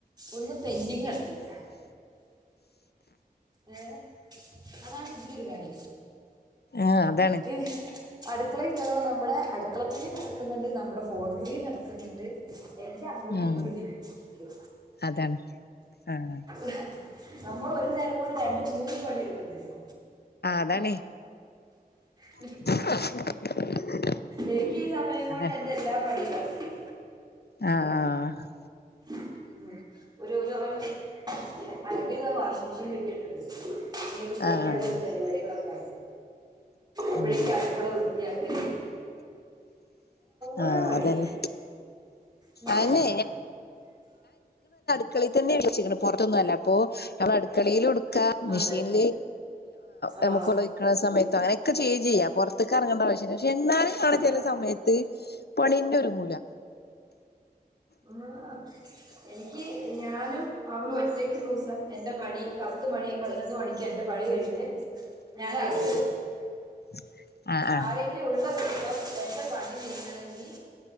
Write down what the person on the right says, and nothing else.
ഒന്നും പെന്റിങ് കടക്കില്ല ഏ അതാണ് ഇതിലൊരു കാര്യം
ഇഹ് അടുക്കളയിൽ കയറിവന്ന നമ്മുടെ അടുക്കളപ്പണി നടക്കുന്നുണ്ട് നമ്മുടെ ഫോൺ വിളി നടക്കുന്നുണ്ട് എല്ലാം അങ്ങോട്ടും
ഇങ്ങോട്ടും നിക്കോ
<unintelligible> നമ്മൾ ഒരു നേരം കൊണ്ട് രണ്ടും മൂന്നും പണി എടുക്കുന്ണ്ട്
<unintelligible>
എനിക്ക് ഈ സമയം കൊണ്ട്
എന്റെ എല്ലാ പണി നടക്കും.
ഉം ഒരു <unintelligible> അലക്കൻ വാഷിംഗ മെഷീൻൽ ഇട്ടിട്ടുണ്ട് ഇനി ഇത് കൊണ്ടിടലും
പരിപാടികളൊക്കെ അപ്പഴേക്ക്
അടുക്കള വൃത്തിയാക്കേല് ഓരോ
പണി
<unintelligible>
അതെ
ആ
അത്
ആ എനിക്ക് ഞാനും അവളും ഒറ്റയ്ക്ക് <unintelligible> ദിവസം എന്റെ പണി പത്ത് മണി പതിനൊന്ന് മണിക്ക് എന്റെ പണി കഴിഞ്ഞ് ഞാന്
ആരെങ്കില ഉള്ള ദിവസം എന്റെ പണി നീങ്ങണെങ്കിൽ